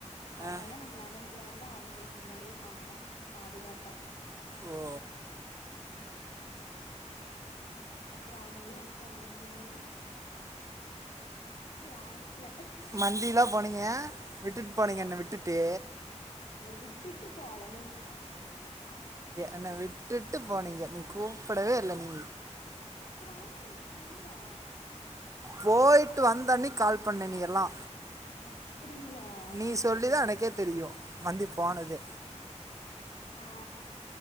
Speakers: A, on the left; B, on the right.
A: அதனாலதா
B: ஆ
A: நாங்க லெவன் த்துல வந்து அவனுங்களுக்கு முன்னாடியே உக்காந்துட்டோ பாதுகாப்பா
B: ஓ
A: அப்பறோ அவனுங்களே வச்சுச்சானுங்க சூனியம் லாஸ்ட்ல
B: மந்திலா போனீங்க விட்டுட்டு போனீங்க
A: ஆ
B: என்ன விட்டுட்டு
A: உங்கள விட்டுட்டு போவல நீங்க எல்லா உங்கள கூப்ட்டாங்களா எங்களுக்கு தெரி
B: என்ன விட்டுட்டு போனீங்க நீ கூப்டவே இல்ல நீ
A: அப்ப நான்லா உன் ஃப்ரெண்டா
B: போயிட்டு வந்தன்னைக்கி கால் பண்ண நீ எல்லா
A: அப்பிடிங்களா?
B: நீ சொல்லிதா எனக்கே தெரியு மந்தி போனதே
A: ஆ